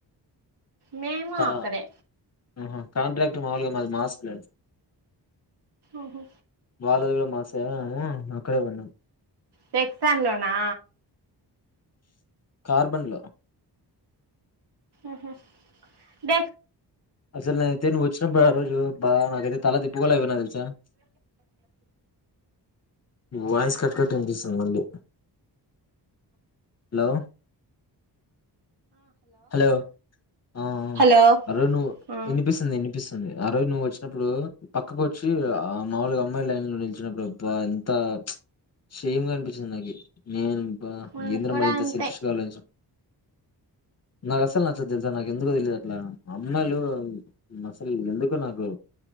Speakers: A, on the right; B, on the left.
A: మేము
B: ఆ
A: అక్కడే
B: ఆహా కాంట్రాక్ట్ మాములుగా మాది మాస్క్ లే
A: ఓహో
B: వాళ్ళది కూడా మాసైడ్ అక్కడే పన్నం
A: టెక్సాన్ లోనా
B: కార్బన్ లో
A: ఊహు దే
B: అసలు నేనయితే నువ్వు వచ్చినప్పుడు ఆ రోజు బా నాకైతే తల తిప్పుకొలక పోయినా ఇంక వాయిస్ కట్ కట్ వినిపిస్తుంది మళ్ళీ హలో హలో ఆ
A: హలో
B: హాలో నువ్వు
A: ఆ
B: వినిపిస్తుంది వినిప్ వినిపిస్తుంది ఆ రోజు నువ్వు వచ్చినప్పుడు పక్కకు వచ్చి వచ్చి మాముూలుగా అమ్మాయిలైన్ లైన్లో నిలిచినప్పుడు అబ్బా ఎంత షేమ్ గా అనిపించింది నాకు నేను అబ్బా
A: మాకు
B: ఏంద్ర
A: కూడా
B: మరి ఇంత
A: అంతే
B: సెల్ఫిష్గా ఆలోచిన్ నాకు అస్సలు నచ్చదు తెలుసా నాకు ఎందుకో తెలియదు అట్లా అమ్మాయిలు అసలు ఎందుకో నాకు